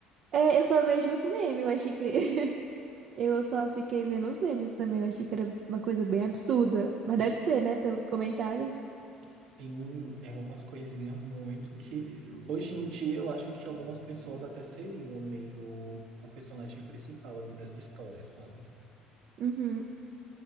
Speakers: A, on the right (about 45°); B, on the right (about 65°).
A: É, eu só vejo os memes, eu achei que. <laughs> Eu só fiquei vendo os memes também, eu achei que era uma coisa bem absurda. Mas deve ser, né, pelos comentários.
B: Sim, é umas coisinhas muito que hoje em dia eu acho que algumas pessoas até seriam meio o personagem principal ali dessa história, sabe?
A: Uhum.